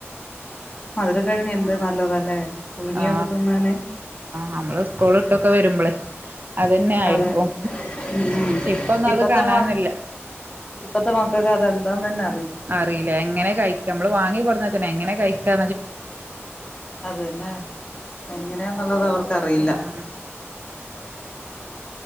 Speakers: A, on the left; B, on the right.
A: മധുരക്കിഴങ്ങ് എന്ത് നല്ലതല്ലേ പുഴുങ്ങിയൊക്കെ
B: ആ
A: തിന്നാന്
B: നമ്മള് സ്കൂൾ വട്ടു വരുമ്പളെ അതന്നെയിരിക്കും
A: അതെ ഉം
B: ഇപ്പോ
A: ഇപ്പത്തെ
B: അത് കാണാനില്ല
A: മ ഇപ്പത്തെ മക്കക്ക് അതെന്താന്ന് തന്നെ
B: അറിയില്ല എങ്ങനെ യിക്ക് നമ്മള് വാങ്ങി കൊടുന്നതന്നെ എങ്ങെനെ കഴിക്കാ
A: അതന്നെ യങ്ങനെ ന്നുള്ളത് അവർക്ക് അറിഇല്ല
B: ആഹ്